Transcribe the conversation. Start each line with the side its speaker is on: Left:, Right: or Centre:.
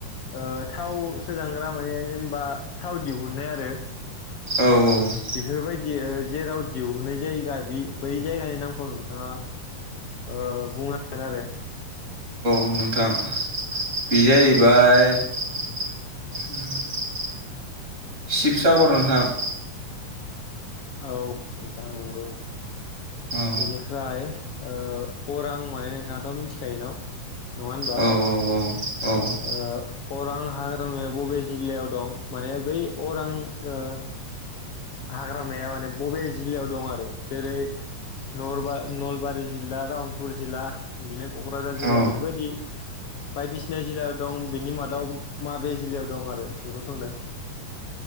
Left: ओ थाव सोदांग्रा माने जेनेबा थाव दिहुननाय आरो ओ
Right: औ औ
Left: बेफोरबायद दियो जेराव दिहुननाय जायगा बे बै जायगानि नामखौ नोंथाङा ओ बुंना गोन आरो
Right: अ नोंथां बे जाहैबाय उम हो <unintelligible> शिबसागर नोंथां।
Left: औ नोंथां नंगौ।
Right: औ
Left: बेनिफ्राय ओ अरां माने नोंथाङाथ' मिथिखायो न? नङा होनबा
Right: औ औ औ औ
Left: ओ अरां हाग्रामाया बबे जिल्लायाव दं माने बै अरां गो हाग्रामाया माने बबे जिल्लायाव दं आरो जेरै नरबा नलबारि जिल्ला तामुलपुर जिल्ला बिदिनो क'क्राझार जिल्ला
Right: औ
Left: बेफोरबायदि बायदिस <unintelligible> जिला दं बेनि मादाव माबे जिलायाव दं आरो बेखौ सोंदों।